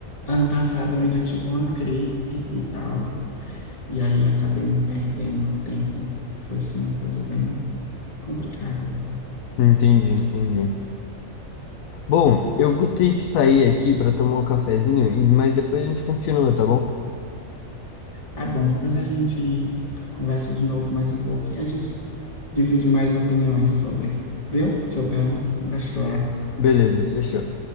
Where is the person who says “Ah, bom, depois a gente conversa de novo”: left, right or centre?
Left